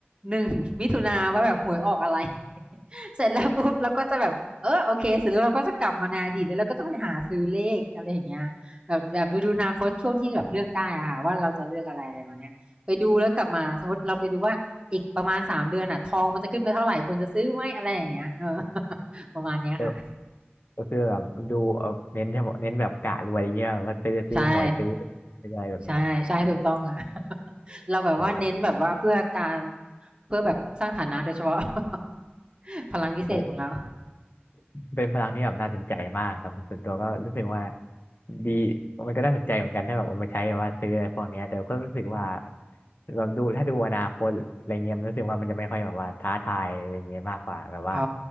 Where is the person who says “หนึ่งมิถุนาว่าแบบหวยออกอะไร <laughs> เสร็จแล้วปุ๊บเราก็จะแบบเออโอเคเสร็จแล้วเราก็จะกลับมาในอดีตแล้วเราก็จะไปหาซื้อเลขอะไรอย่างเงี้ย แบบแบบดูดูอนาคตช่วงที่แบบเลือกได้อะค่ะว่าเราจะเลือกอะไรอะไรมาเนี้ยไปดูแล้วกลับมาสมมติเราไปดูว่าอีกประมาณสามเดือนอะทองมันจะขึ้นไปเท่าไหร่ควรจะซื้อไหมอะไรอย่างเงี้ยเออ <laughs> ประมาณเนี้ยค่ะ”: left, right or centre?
Right